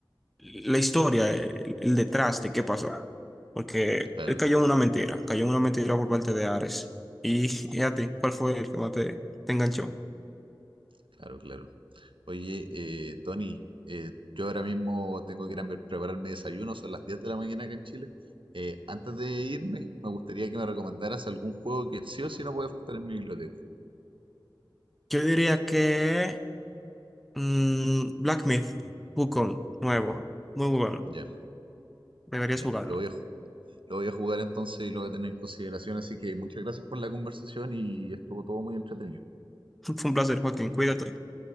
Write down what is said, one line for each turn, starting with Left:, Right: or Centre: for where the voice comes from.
Centre: la historia, el, el detrás de qué pasó. Porque
Right: Claro,
Centre: él cayó en una mentira, cayó en una mentira por parte de Ares. Y, y a ti, ¿cuál fue el que más te, te enganchó?
Right: claro, claro. Oye, eh, Tony, eh, yo ahora mismo tengo que ir a me- prepararme desayuno, son las 10 de la mañana acá en Chile. Eh, antes de irme, me gustaría que me recomendaras algún juego que sí o sí no puede faltar en mi biblioteca.
Centre: Yo diría que mm, Black Myth, Wukong, nuevo, muy bueno.
Right: Ya,
Centre: Deberías
Right: ya,
Centre: jugarlo.
Right: lo voy a, ju- lo voy a jugar entonces y lo voy a tener en consideración, así que muchas gracias por la conversación y estuvo todo muy entretenido.
Centre: <laughs> Fue un placer, Joaquín. Cuídate.